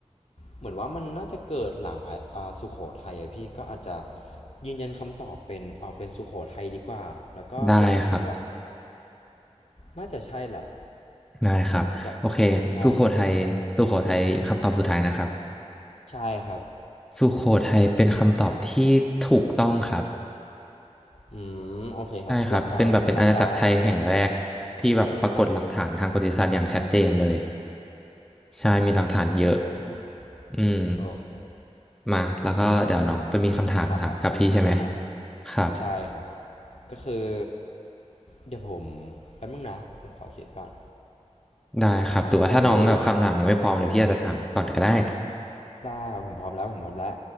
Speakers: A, on the left; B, in the centre.
A: เหมือนว่ามันน่าจะเกิดหลังอะอ่าสุโขทัยอะพี่ก็อาจจะยืนยันคำตอบเป็นเอาเป็นสุโขทัยดีกว่าแล้วก็เป็นเมืองที่แบบ
B: ได้ครับ
A: น่าจะใช่แหละ
B: ได้ครับโอเคสุโขทัยสุโขทัยคำตอบสุดท้ายนะครับ
A: จำใช่ครับใช่ครับ
B: สุโขทัยเป็นคำตอบที่ถูกต้องครับ
A: อืมโอเคครับหลักการการเดาออก็โอเค
B: ใช่ครับเป็นแบบเป็นอาณาจักรไทยแห่งแรกที่แบบปรากฏหลักฐานทางประวัติศาสตร์อย่างชัดเจนเลย
A: อ
B: ใช่มีหลักฐานเยอะ
A: ออืม
B: อืม
A: โอ
B: มาแล้วก็เดี๋ยวน้องจะมีคำถามถามกับพี่ใช่ไหม
A: คำถามของผมใช่ไหม
B: ครับ
A: ใช่ครับก็คือเดี๋ยวผมแป๊บนึงนะผมขอคิดก่อน
B: ได้ครับแต่ว่าถ้าน้องแบบคำถามยังไม่พร้อมเดี๋ยวพี่อาจจะถามก่อนก็ได้
A: อ่ะก็คือได้ครับผมพร้อมแล้วผมพร้อมแล้ว